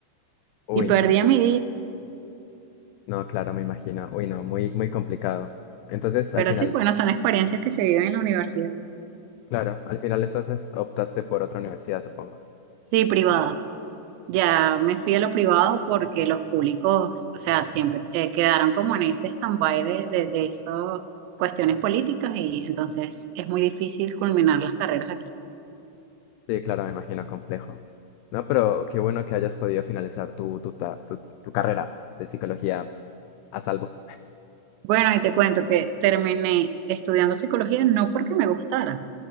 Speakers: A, on the left (about 80°); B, on the right (about 80°).
A: Uy,
B: Y perdía
A: no.
B: mi día.
A: No, claro, me imagino. Uy, no, muy, muy complicado. Entonces, al
B: Pero
A: final,
B: sí, bueno, son experiencias que se viven en la universidad.
A: claro, al final entonces optaste por otra universidad, supongo.
B: Sí, privada. Ya me fui a lo privado porque los públicos, o sea, siempre eh, quedaron como en ese stand-by de, de, de esas cuestiones políticas y entonces es muy difícil culminar las carreras aquí.
A: Sí, claro, me imagino complejo. No, pero qué bueno que hayas podido finalizar tu, tu, ta- tu, tu carrera de psicología a salvo.
B: Bueno, y te cuento que terminé estudiando psicología no porque me gustara.